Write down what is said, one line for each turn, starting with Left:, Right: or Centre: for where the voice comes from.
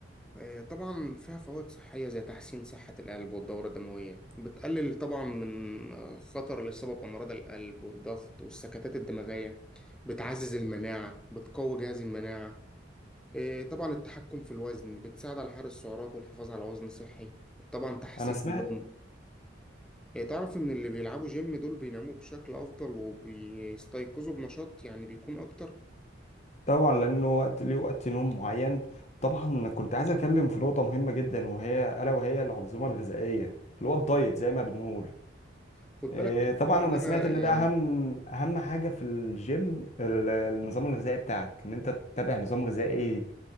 Centre: آه، طبعا فيها فوائد صحية زي تحسين صحة القلب والدورة الدموية بتقلل طبعا من آه، خطر الإصابة بأمراض القلب والضغط والسكتات الدماغية بتعزز المناعة بتقوي جهاز المناعة آه، طبعا التحكم في الوزن بتساعد على حرق السعرات والحفاظ على وزن صحي طبعا تحسين
Left: انا سمعت
Centre: النوم آه، تعرف إن اللي بيلعبوا جيم دول بيناموا بشكل أفضل وبيستيقظوا بنشاط يعني بيكون أكتر
Left: طبعا لانه وقت ليه وقت نوم معين طبعا كنت عايز اتكلم في نقطه مهمه جدا وهي الا وهي الانظمه الغذائيه اللي هو الدايت زي ما بنقول
Centre: خد بالك
Left: إيه، طبعا
Centre: كل
Left: انا
Centre: ده أنا
Left: سمعت ان
Centre: يعني
Left: ده اهم اهم حاجه في الجيم ال- النظام الغذائي بتاعك ان انت تتبع نظام غذائي